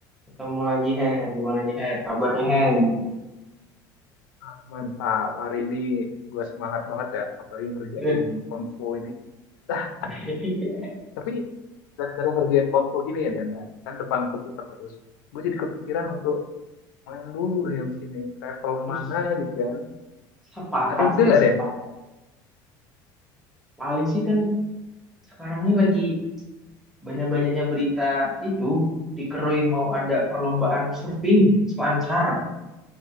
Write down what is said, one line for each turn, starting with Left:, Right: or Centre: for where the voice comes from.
Centre: Ketemu lagi, Her. Gimana nih, Her? Kabarnya, Her?
Left: Ah, Mantap, hari ini gue semangat banget ya, apalagi ngerjain
Centre: Good.
Left: konvo ini. Ah,
Centre: <laughs>
Left: tapi gara-gara ngerjain konvo gini ya, Dan ya, kan depan komputer terus. Gue jadi kepikiran untuk main dulu ya abis ini, travel kemana
Centre: Terus,
Left: gitu kan.
Centre: sepakat
Left: Ada ide
Centre: sih,
Left: nggak,
Centre: sepakat.
Left: Den?
Centre: Paling sih kan sekarang ini lagi banyak-banyaknya berita itu. Dikerui mau ada perlombaan surfing, selancar.